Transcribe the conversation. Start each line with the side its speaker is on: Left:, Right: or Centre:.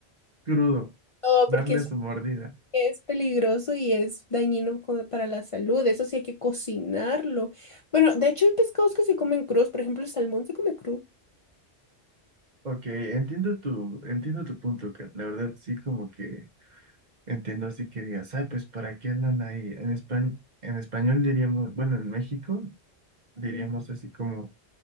Right: crudo,
Left: No,
Right: darle
Left: porque
Right: su mordida.
Left: Es peligroso y es dañino co- para la salud, eso sí hay que cocinarlo. Bueno, de hecho hay pescados que se comen crudos, por ejemplo, el salmón se come crudo.
Right: Ok, entiendo tu, entiendo tu punto, Kat. La verdad sí como que Entiendo así que digas, ah, pues ¿para qué andan ahí? En España, en español diríamos, bueno, en México diríamos
Left: Mm.
Right: así como,